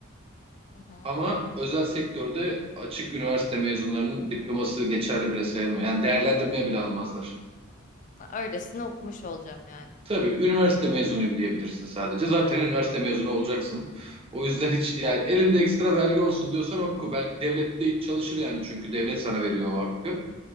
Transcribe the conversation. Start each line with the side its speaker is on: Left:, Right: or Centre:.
Left: Hı hı.
Right: Ama özel sektörde açık üniversite mezunlarının diploması geçerli bile sayılmıyor. Yani değerlendirmeye bile almazlar.
Left: Ben Öylesine okumuş olacağım yani.
Right: Tabii üniversite mezunuyum diyebilirsin sadece. Zaten üniversite mezunu olacaksın. O yüzden hiç yani elimde ekstra belge olsun diyorsan oku. Belki devlette çalışır yani çünkü devlet sana veriyor o hakkı.